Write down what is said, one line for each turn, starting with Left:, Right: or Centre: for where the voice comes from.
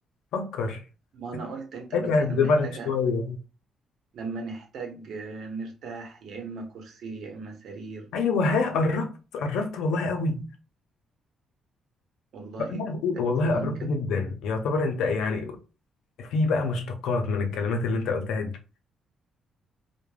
Left: فكر
Right: ما انا قلت انت
Left: اتعب
Right: بتح- بنحتاجها
Left: دماغك شوية
Right: لما نحتاج آه، نرتاح يا اما كرسي يا اما سرير
Left: أيوه ها قربت قربت والله قوي
Right: والله
Left: ها،
Right: طب
Left: والله
Right: ثواني
Left: قربت
Right: كده
Left: جدا يعتبر أنت يعني في بقى مشتقات من الكلمات اللي انت قلتها دي